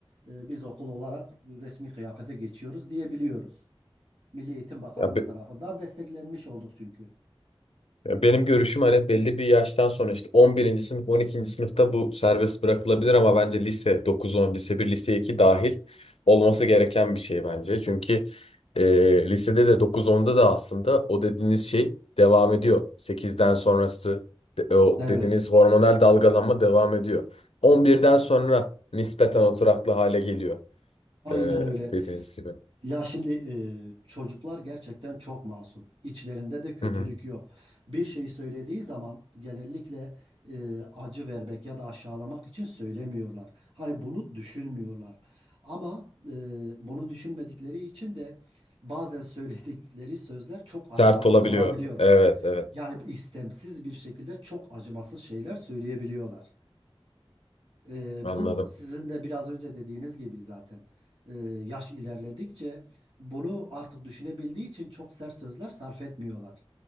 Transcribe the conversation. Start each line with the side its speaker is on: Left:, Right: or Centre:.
Right: e, biz okul olarak resmi kıyafete geçiyoruz diyebiliyoruz. Milli Eğitim Bakanlığı
Left: Ya, be-
Right: tarafından desteklenmiş olduk çünkü.
Left: ya benim görüşüm hani belli bir yaştan sonra işte on birinci sınıf on ikinci sınıfta bu serbest bırakılabilir ama bence lise dokuz on lise bir lise 2 dahil olması gereken bir şey bence. Çünkü e, lisede de dokuz onda da aslında o dediğiniz şey devam ediyor. sekizden sonrası de- o
Right: Evet.
Left: dediğiniz hormonal dalgalanma devam ediyor. on birden sonra nispeten oturaklı hale geliyor
Right: Aynen
Left: e,
Right: öyle.
Left: dediğiniz gibi.
Right: Ya şimdi e, çocuklar gerçekten çok masum. İçlerinde de kötülük
Left: Hı hı.
Right: yok. Bir şey söylediği zaman genellikle e, acı vermek ya da aşağılamak için söylemiyorlar. Hani bunu düşünmüyorlar. Ama e, bunu düşünmedikleri için de bazen söyledikleri sözler çok
Left: Sert
Right: acımasız
Left: olabiliyor.
Right: olabiliyor.
Left: Evet evet
Right: Yani istemsiz bir şekilde çok acımasız şeyler söyleyebiliyorlar. Ee,
Left: anladım.
Right: bu sizin de biraz önce dediğiniz gibi zaten e, yaş ilerledikçe bunu artık düşünebildiği için çok sert sözler sarf etmiyorlar.